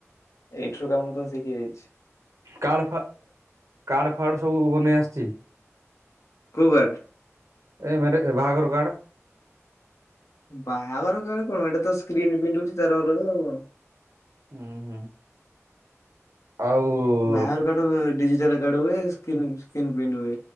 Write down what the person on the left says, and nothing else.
ଏଇଠୁରୁ କାମ ତ ଶିଖିଯାଇଛି।
କୋଉବାର
ବାହାଘର କାର୍ଡ କଣ ଏଟା ତ ସ୍କ୍ରିନ୍ ପ୍ରିଣ୍ଟ ହୋଉଛି ତାର ଅଲଗା ଆଉ କଣ।
ବାହାଘର କାର୍ଡ ଡିଜିଟାଲ କାର୍ଡ ହୁଏ ସ୍କ୍ରିନ୍
ପ୍ରିଣ୍ଟ ହୁଏ।